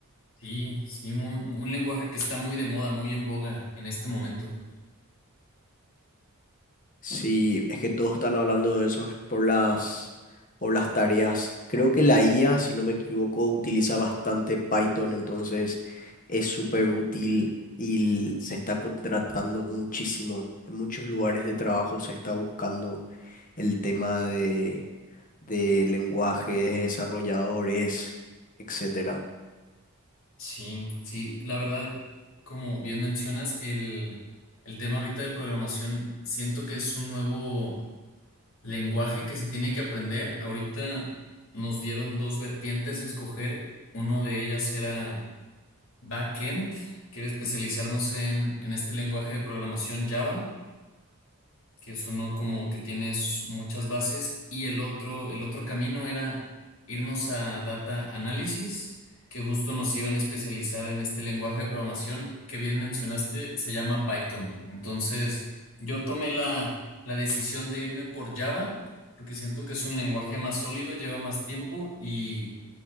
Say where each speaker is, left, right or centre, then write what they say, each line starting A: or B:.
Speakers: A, on the left; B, on the left.
A: Sí, sí, muy- un lenguaje que está muy de moda, muy en boga en este momento.
B: Sí, es que todos están hablando de eso es por las, por las tareas. Creo que la IA, si no me equivoco, utiliza bastante Python, entonces es súper útil y se está contratando muchísimo. En muchos lugares de trabajo se está buscando el tema de, de lenguajes, de desarrolladores, etcétera.
A: Sí, sí, la verdad, como bien mencionas, el, el tema ahorita de programación, siento que es un nuevo... Lenguaje que se tiene que aprender. Ahorita nos dieron dos vertientes a escoger. Uno de ellas era backend, que era especializarnos en, en este lenguaje de programación Java que es uno como que tienes muchas bases y el otro, el otro camino era irnos a data análisis, que justo nos iban a especializar en este lenguaje de programación que bien mencionaste, se llama Python. Entonces, yo tomé la, la decisión de irme por Java, porque siento que es un lenguaje más sólido, lleva más tiempo y,